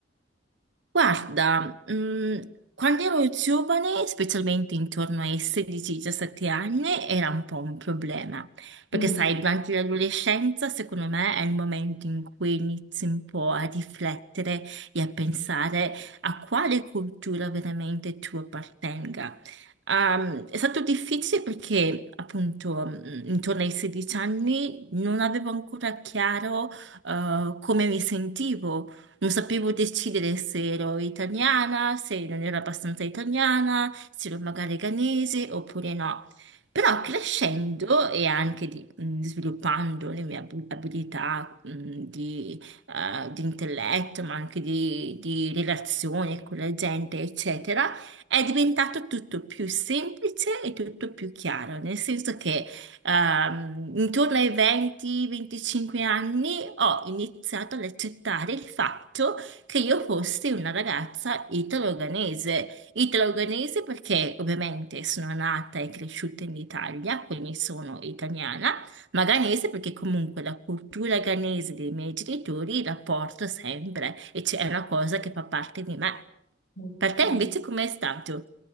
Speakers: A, on the right; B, on the left.
A: Guarda, mh, quando ero giovane, specialmente intorno ai 16-17 anni, era un po' un problema, perché
B: Mm,
A: sai, durante l'adolescenza, secondo me, è il momento in cui inizi un po' a riflettere e a pensare a quale cultura veramente tu appartenga. Ehm, è stato difficile perché appunto mh, intorno ai 16 anni non avevo ancora chiaro eh, come mi sentivo non sapevo decidere se ero italiana, se non ero abbastanza italiana, se ero magari ghanese oppure no. Però crescendo e anche di- mh, sviluppando le mie abu- abilità mh, di, eh, di intelletto, ma anche di, di relazione con la gente, eccetera, è diventato tutto più semplice e tutto più chiaro, nel senso che ehm, intorno ai 20-25 anni ho iniziato ad accettare il fatto che io fossi una ragazza italo-organese. Italo-organese perché ovviamente sono nata e cresciuta in Italia, quindi sono italiana, ma ghanese perché comunque la cultura ghanese dei miei genitori la porto sempre e c'è una cosa che fa parte di me.
B: mm,
A: Per te
B: mm.
A: invece com'è stato?